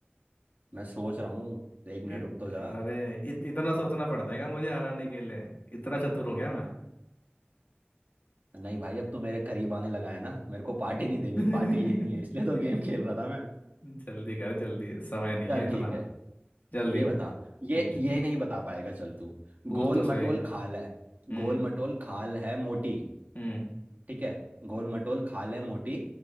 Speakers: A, on the right; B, on the left.
A: मैं सोच रहा हूँ एक मिनट
B: इ,
A: रुक तो जा
B: अरे इत, इतना सोचना पड़ता है क्या मुझे हराने के लिए इतना चतुर हो गया मैं
A: नहीं भाई अब तू मेरे करीब आने लगा है ना मेरे को पार्टी नहीं देनी
B: <laughs>
A: पार्टी लेनी है इसलिए तो गेम खेल रहा था मैं
B: जल्दी कर जल्दी समय नहीं
A: चल
B: है इतना
A: ठीक है
B: जल्दी
A: ये बता
B: पूछ
A: ये ये नहीं बता पाएगा चल तू
B: पूछ
A: गोल
B: तो सही
A: मटोल खाल है
B: हम्म
A: गोल मटोल खाल है मोटी
B: हम्म
A: ठीक है गोल मटोल खाल है मोटी